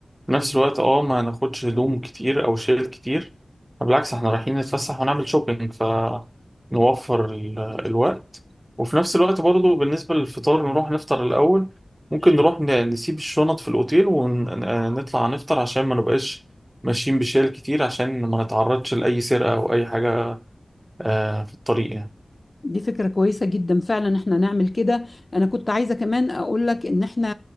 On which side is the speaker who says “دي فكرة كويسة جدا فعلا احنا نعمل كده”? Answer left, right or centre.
Left